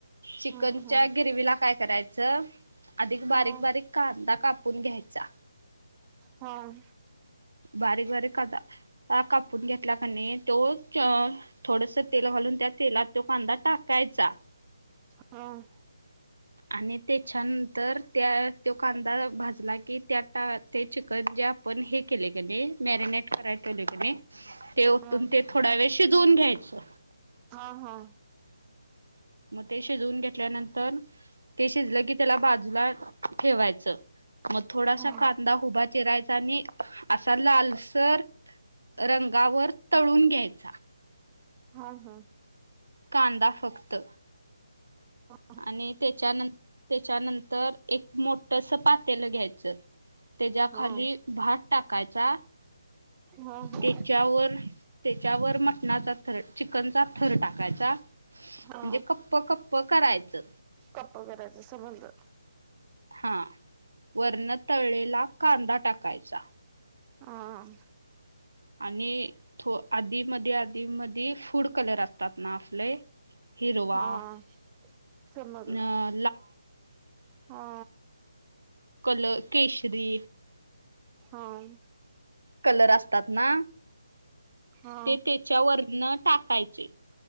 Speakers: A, on the right; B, on the right.
A: चिकनच्या
B: हा हा.
A: ग्रेवी ला काय करायचं अधिक बारीक
B: हा
A: बारीक कांदा कापून घ्यायचा.
B: हां
A: बारीक बारीक कांदा कापून घेतला का नई तो चो थोडस तेल घालून त्या तेलात तो कांदा टाकायचा.
B: हां
A: आणि त्याच्यानंतर त्या तो कांदा भाजला की त्या टा ते चिकन जे आपण हे केले क नई मॅरिनेट कराय ठेवले कनई ते ते ओतून
B: हा हा.
A: ते थोडा वेळ शिजवून घ्यायचं.
B: हां हां.
A: मग ते शिजवून घेतल्यानंतर ते शिजलं की त्याला बाजूला ठेवायचं. मग थोडासा
B: हा.
A: कांदा उभा चिरायचा आणि असा लालसर रंगावर तळून घ्यायचा.
B: हां हां
A: कांदा फक्त.
B: <inaudible>
A: आणि त्याच्यान त्याच्यानंतर एक मोठस पातेल घ्यायचं. त्याच्या
B: हा.
A: खाली भात टाक टाकायचा
B: हा हा.
A: त्याच्यावर त्याच्यावर मटणाचा थर चिकनचा थर टाकायचा म्हणजे
B: हा.
A: कप्प कप प करायचं.
B: कप करायच समजलं.
A: हा वर्णतळेला कांदा टाकायचा.
B: हां
A: आणि आधी मध्ये आधी म फूड कलर असतात ना आपले हिरवा
B: हा, चल
A: अ
B: मग, हा.
A: कल केशरी.
B: हा‌,
A: कलर असतात ना?
B: हा.
A: ते त्याच्यावरन टाकायचे.